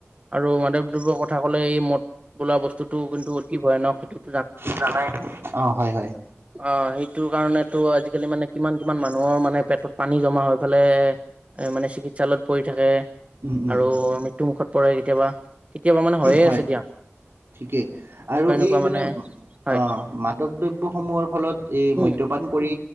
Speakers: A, on the right; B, on the right.
A: আৰু মাদকদ্ৰব্য কথা ক'লে এই মদ বোলা বস্তুটো কিন্তু অতি ভয়ানক সেইটো।
B: জানায়ে, অ হয় হয়।
A: অ সেইটো কাৰণেতো আজিকালি মানে কিমান কিমান মানুহৰ মানে পেটত পানী জমা হৈ পালাই এ মানে চিকিৎসালয়ত পৰি থাকে,
B: উম, উম,
A: আৰু মৃত্যু মুুখত পৰে কেতিয়াবা। কেতিয়াবা মানে হয়ে
B: হয়
A: আছে দিয়া।
B: ঠিকেই
A: এনেকুৱা
B: আৰু
A: এনেকুৱা
B: এই মানে
A: হয়
B: আহ' মাদক দ্ৰব্যসমূহৰ ফলত এই
A: উম
B: মদ্যপান কৰি